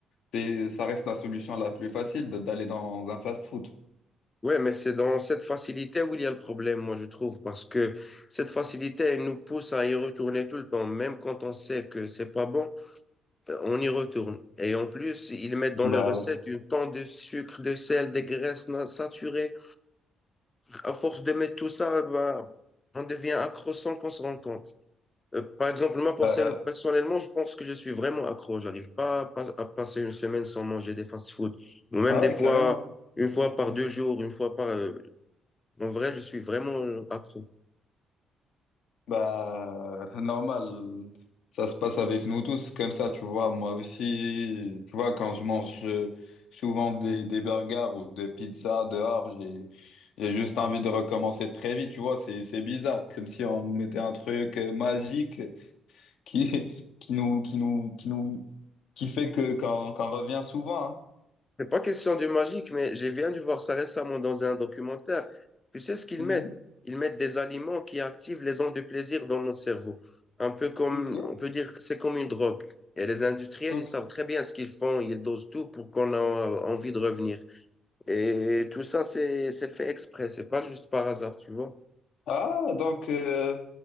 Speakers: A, on the left; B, on the left.
A: t'es- ça reste la solution la plus facile de- d'aller dans un fast-food.
B: Ouais, mais c'est dans cette facilité où il y a le problème, moi je trouve, parce que cette facilité, elle nous pousse à y retourner tout le temps, même quand on sait que c'est pas bon. On y retourne. Et en plus, ils mettent dans
A: Bah
B: les recettes
A: ouais.
B: une tonne de sucre, de sel, des graisses na- saturées. À force de mettre tout ça, ben, on devient accro sans qu'on se rende compte. Euh, par exemple, moi, perso-
A: Euh,
B: personnellement, je pense que je suis vraiment accro. J'arrive pas à, pas- à passer une semaine sans manger des fast-food. Ou même
A: ah
B: des
A: oui,
B: fois,
A: carrément.
B: une fois par deux jours, une fois par... euh, En vrai, je suis vraiment euh, accro.
A: Bah, <laughs> normal, ça se passe avec nous tous comme ça, tu vois. Moi aussi, tu vois, quand je mange euh, souvent des, des burgers ou des pizzas dehors, j'ai, j'ai juste envie de recommencer très vite, tu vois. C'est, c'est bizarre, comme si on nous mettait un truc euh, magique qui, <laughs> qui nous, qui nous, qui nous, qui fait que, qu'on, qu'on revient souvent. hein.
B: C'est pas question de magique, mais j'ai viens de voir ça récemment dans un documentaire. Tu sais ce qu'ils
A: Mhm,
B: mettent? Ils mettent des aliments qui activent les ondes de plaisir dans notre cerveau. Un peu comme,
A: ok,
B: on peut dire que c'est comme une drogue. Et les industriels,
A: ok.
B: ils savent très bien ce qu'ils font. Ils dosent tout pour qu'on a envie de revenir. Et tout ça, c'est, c'est fait exprès. C'est pas juste par hasard, tu vois.
A: Ah, donc, euh,